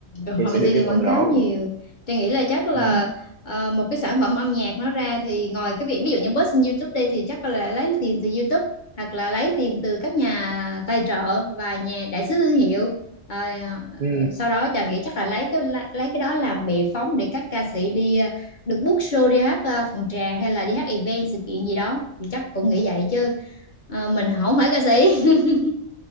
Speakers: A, on the left; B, on the right.
A: rồi họ
B: thì
A: Mỹ
B: sẽ được
A: thì
B: cái
A: quảng
B: phần
A: cáo
B: đó
A: nhiều. Tôi nghĩ là chắc là
B: Ừ.
A: ờ, một cái sản phẩm âm nhạc nó ra thì ngoài cái việc ví dụ như post trên YouTube đây thì chắc là lấy tiền từ YouTube hoặc là lấy tiền từ các nhà tài trợ và nhà đại sứ thương hiệu. Ờ,
B: Ừ.
A: sau đó chàng nghĩ chắc là lấy cái lấy cái đó làm bệ phóng để các ca sĩ đi ờ, được book show đi hát ờ, phòng trà hay là đi hát event sự kiện gì đó thì chắc cũng nghĩ vậy chứ Ờ, mình không phải ca sĩ <laughs>